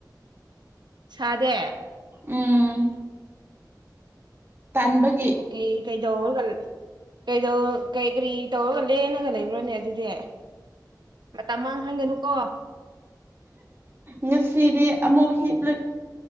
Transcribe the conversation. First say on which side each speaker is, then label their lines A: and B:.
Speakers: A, on the right; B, on the right.
A: ꯁꯥꯗꯦ
B: ꯎꯝ ꯇꯟꯕꯒꯤ
A: ꯀꯩ ꯀꯩꯗꯧꯔꯒ ꯀꯗ ꯀꯩ ꯀꯔꯤ ꯇꯧꯔꯒ ꯂꯦꯅꯒ ꯂꯩꯕ꯭ꯔꯣꯅꯦ ꯑꯗꯨꯗꯤ ꯇꯃꯥꯡ ꯍꯪꯒꯅꯨꯀꯣ
B: ꯉꯁꯤꯗꯤ ꯑꯃꯛ ꯍꯦꯛꯂ